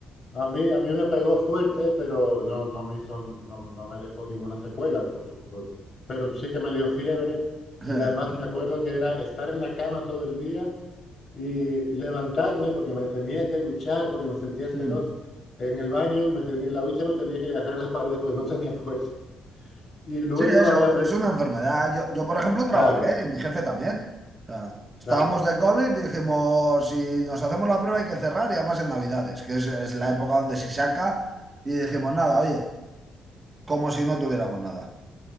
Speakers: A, on the left; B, on the right.
A: a mí, a mí me pegó fuerte, pero no, no me hizo, no, no me dejó ninguna secuela, por supuesto. Pero sí que me dio fiebre
B: <laughs>
A: y además me acuerdo que era estar en la cama todo el día y levantarme porque me tenía que duchar, porque me sentía asqueroso.
B: Mm.
A: En el baño, me tenía, en la ducha me tenía que agarrar las paredes porque no tenía fuerza. Y luego
B: Sí, eso,
A: había...
B: pero
A: per-
B: es una enfermedad. Yo, yo, por ejemplo, trabajé
A: Claro,
B: y mi jefe también. O sea, estábamos
A: claro,
B: de COVID y dijimos, si nos hacemos la prueba hay que cerrar y además en Navidades, que es, es la época donde se saca. Y dijimos, nada, oye, como si no tuviéramos nada.